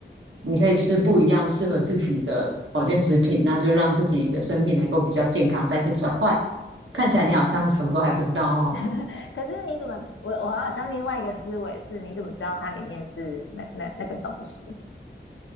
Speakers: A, on the right (about 80°); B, on the left (about 80°).
A: 你可以吃不一样适合自己的保健食品，那就让自己的身体能够比较健康，代谢比较快。看起来你好像什么都还不知道哦。
B: <laughs> 可是你怎么，我我好像另外一个思维是，你怎么知道它里面是那那那个东西？